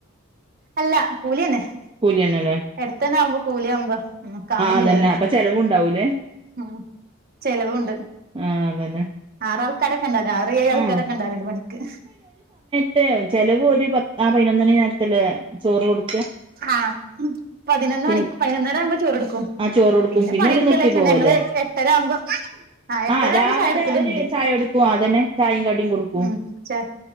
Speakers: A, on the right; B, on the right.
A: അല്ല കൂലിന്നെ
B: കൂലിന്നെല്ലേ
A: എടത്തേന്നെവുമ്പോ കൂലിയാവുമ്പോ കാണും
B: അതന്നെ
A: ചെയ്യാല്ലോ
B: അപ്പൊ ചെലവുണ്ടാവൂലേ
A: ഉം ചെലവുണ്ട്.
B: ആഹ് അതന്നെ
A: ആറാൾക്കാരൊക്കെണ്ട് ഒരു ആറ് ഏഴ് ആൾക്കാരൊക്കെ
B: ആ
A: ഉണ്ട് ഒരു പണിക്ക്.
B: <unintelligible> ചെിലവ് ഒരു പത്ത് ആ പതിനൊന്നണി നേരത്തില് ചോറ് കൊടു
A: ആഹ പതിനൊന്ന്
B: പി
A: മണിക്ക് പതിനൊന്നര ആവുമ്പോ ചോറെടുക്കും.
B: ആ ചോറ് കൊടുക്കും
A: പിന്നെ പണിയെടുക്കല്ലേച്ങ്ങാണ്ട്
B: ഓല് നിർത്തി പോവല്ലേ
A: ഞങ്ങള് എട്ടര ആവുമ്പോ ആഹ് എട്ടരാവവുമ്പോ
B: ആ രാവിലെ
A: ചായടുക്കലുണ്ട്.
B: ഒരു ചായ കൊടുക്കും അതന്നെ ചായയും കടിയും കൊടുക്കും
A: ഉം ച